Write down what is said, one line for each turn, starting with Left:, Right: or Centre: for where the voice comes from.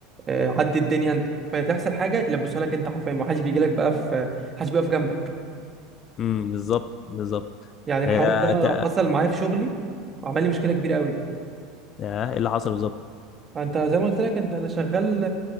Right: آه، عدي الدنيا انت فتحصل حاجة يلبسها لك انت حرفيا ما حدش بيجي لك بقى في حدش بيقف جنبك
Left: امم بالظبط بالظبط
Right: يعني الحوار
Left: آه،
Right: ده
Left: ك...
Right: حصل معايا في شغلي وعمل لي مشكلة كبيرة قوي
Left: آه، ايه اللي حصل بالظبط
Right: انت زي ما قلت لك انت انا شغال